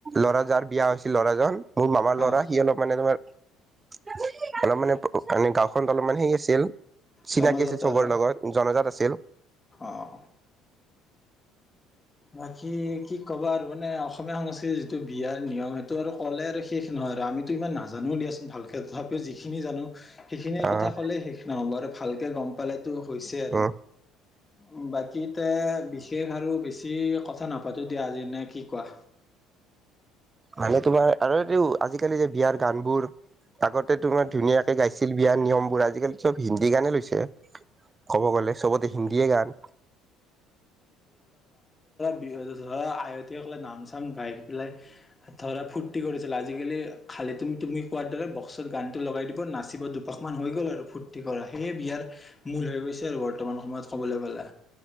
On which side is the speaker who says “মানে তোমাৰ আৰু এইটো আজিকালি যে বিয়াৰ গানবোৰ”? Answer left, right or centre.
Right